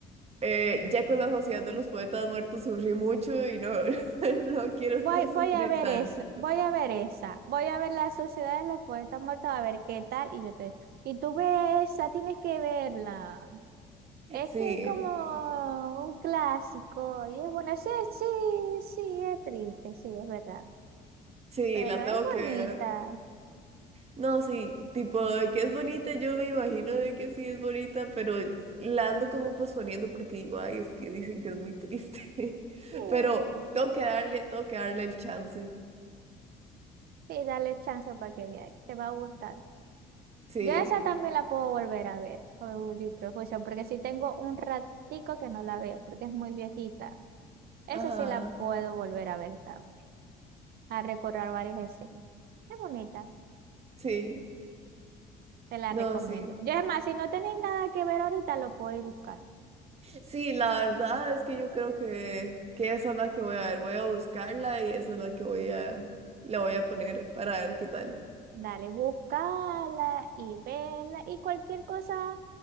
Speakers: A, on the right; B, on the right.
A: Eh, ya con la Sociedad de los Poetas Muertos sufrí mucho y no, <laughs> no quiero
B: Voy,
A: <laughs>
B: voy
A: sufrir
B: a ver
A: tanto.
B: eso, voy a ver esa, voy a ver La Sociedad de los Poetas Muertos, a ver qué tal, y yo te... Y tú ves esa, tienes que verla. Es
A: Sí,
B: que es como un clásico, y es bueno, sí, sí, sí, es triste, sí, es verdad.
A: sí,
B: Pero
A: la tengo
B: es
A: que
B: bonita.
A: ver. No, sí, tipo de que es bonita, yo me imagino de que sí es bonita, pero la ando como posponiendo porque digo, ay, es que dicen que es muy triste.
B: Sí.
A: <laughs> Pero tengo que darle, tengo que darle el chance.
B: Sí, dale chance para que veas. Te va a gustar.
A: Sí,
B: Yo esa también la puedo volver a ver, Orgullo y Prejuicio, porque si tengo un ratico que no la veo, porque es muy viejita. Esa
A: ajá,
B: sí la puedo volver a ver también, a recorrer varias escenas. Es bonita,
A: sí,
B: te la
A: no,
B: recomiendo.
A: sí.
B: Yo es más, si no tenéis nada que ver ahorita, lo podéis buscar.
A: Sí, la verdad es que yo creo que, que esa es la que voy a ver. Voy a buscarla y esa es la que voy a, la voy a poner para ver qué tal.
B: Dale, buscala y vela y cualquier cosa